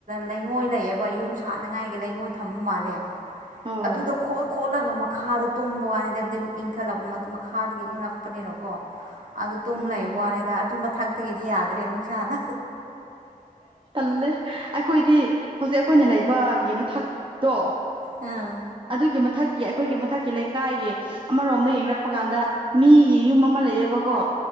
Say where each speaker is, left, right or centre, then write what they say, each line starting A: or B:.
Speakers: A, on the right; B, on the right.
A: ꯂꯩꯉꯣꯏ ꯂꯩꯌꯦꯕ ꯌꯨꯝ ꯁꯥꯥꯟꯅꯉꯥꯏꯒꯤ ꯂꯩꯉꯣꯏ ꯊꯝꯕ ꯃꯥꯜꯂꯦ
B: ꯍꯣꯏ
A: ꯑꯗꯨꯗ ꯀꯣꯔ ꯇꯣꯠꯂꯒ ꯃꯈꯥꯗ ꯇꯨꯝꯕ ꯋꯥꯅꯤꯗ ꯍꯥꯏꯕꯗꯤ ꯏꯪꯈꯠꯂꯛꯄ ꯃꯈꯥꯗꯒꯤ ꯏꯪꯪꯂꯉꯛꯄꯅꯤꯅꯀꯣ ꯑꯗꯨ ꯇꯨꯝ
B: ꯎꯝ
A: ꯂꯩꯕ ꯋꯥꯅꯤꯗ ꯑꯗꯨ ꯃꯊꯛꯇꯒꯤꯗꯤ ꯌꯥꯗ꯭ꯔꯦ ꯅꯨꯡꯁꯥꯅ
B: ꯇꯜꯂꯦ ꯑꯩꯈꯣꯏꯗꯤ ꯍꯧꯖꯤꯛ ꯑꯩꯈꯣꯏꯅ ꯂꯩꯕꯒꯤ ꯃꯊꯛꯇꯣ
A: ꯎꯝ
B: ꯑꯗꯨꯒꯤ ꯃꯊꯛ ꯑꯩꯈꯣꯏꯒꯤ ꯃꯊꯛꯀꯤ ꯂꯩꯀꯥꯏꯒꯤ ꯑꯃꯔꯣꯝꯗ ꯌꯦꯡꯔꯛꯄ ꯀꯥꯟꯗ ꯃꯤꯒꯤ ꯌꯨꯝ ꯑꯃ ꯂꯩꯌꯦꯕꯀꯣ